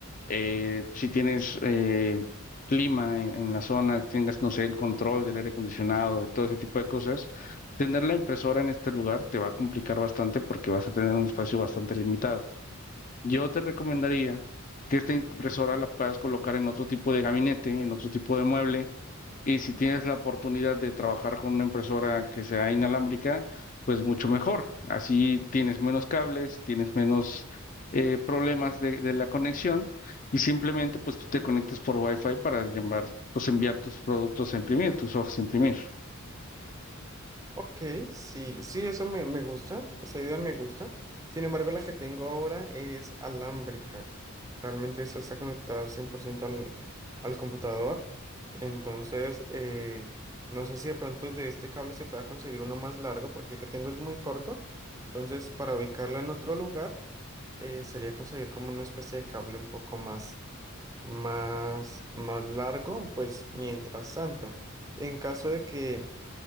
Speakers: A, on the left (about 40°); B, on the right (about 15°).
A: eh, si tienes eh, clima en, en la zona, tengas, no sé, el control del aire acondicionado y todo ese tipo de cosas, tener la impresora en este lugar te va a complicar bastante porque vas a tener un espacio bastante limitado. Yo te recomendaría que esta impresora la puedas colocar en otro tipo de gabinete, en otro tipo de mueble y si tienes la oportunidad de trabajar con una impresora que sea inalámbrica, pues mucho mejor. Así tienes menos cables, tienes menos eh, problemas de, de la conexión y simplemente pues tú te conectas por Wi-Fi para llamar, pues enviar tus productos a imprimir, tus hojas a imprimir.
B: Ok, sí, sí, eso me, me gusta, esa idea me gusta. Sin embargo, la que tengo ahora es alámbrica. Realmente esa está conectada al 100% al, al computador. Entonces, eh, no sé si de pronto de este cable se pueda conseguir uno más largo, porque el que tengo es muy corto. Entonces, para ubicarla en otro lugar, eh, sería conseguir como una especie de cable un poco más, más, más largo, pues mientras tanto. En caso de que